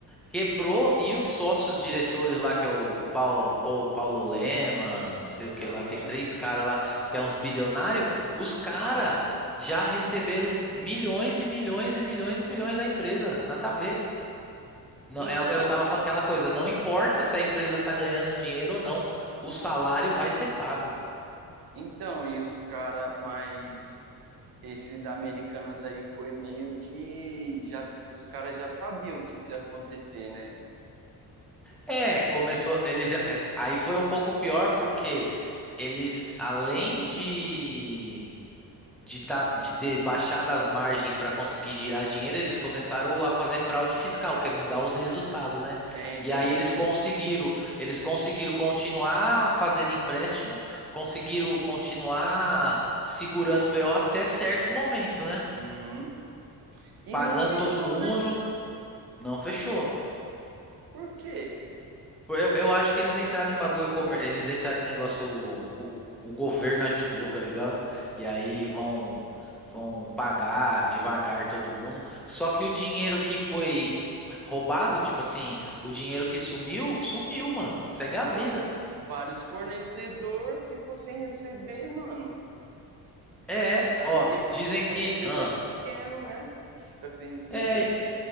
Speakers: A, in the centre; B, on the right (about 70°).
A: Quebrou e os sócios diretores lá, que é o Paulo, Paulo Lema, não sei o que
B: Aham.
A: lá, tem três caras lá, que é uns bilionários. Os caras já receberam milhões e milhões e milhões e milhões da empresa. Nada a ver. Não,
B: Então,
A: é o que eu tava falando, aquela coisa, não importa se a empresa tá ganhando dinheiro ou não, o salário vai ser pago.
B: então, e os cara mais. Esse da Americanas aí foi meio que já. Os caras já sabiam que isso ia acontecer, né?
A: É, começou, eles já, é, aí foi um pouco pior porque eles, além de de, tá, de ter baixado as margens para conseguir girar dinheiro, eles começaram a fazer fraude fiscal, que é mudar os resultados, né?
B: É, então,
A: E aí eles
B: ele.
A: conseguiram, eles conseguiram continuar a fazer empréstimo, conseguiram continuar segurando o BO até certo momento, né?
B: Uhum. E
A: pagando
B: não fechou,
A: todo mundo.
B: né?
A: Não fechou.
B: Por quê?
A: Eu, eu acho que eles entraram em bagulho, comer- eles entraram em negócio. O, o governo ajudou, tá ligado? E aí vão, vão pagar devagar todo mundo. Só que o dinheiro que foi roubado, tipo assim, o dinheiro que sumiu, sumiu, mano. Segue a vida.
B: Pô, vários fornecedor ficou sem receber, mano.
A: É,
B: Aí
A: ó,
B: tem,
A: dizem
B: tem fornecedor
A: que. ah,
B: pequeno, né? Que fica sem receber.
A: é,